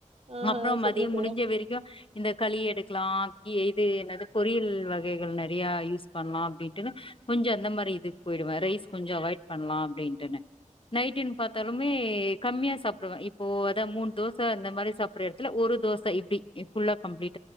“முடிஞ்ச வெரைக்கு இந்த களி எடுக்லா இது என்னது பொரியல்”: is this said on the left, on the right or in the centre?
Left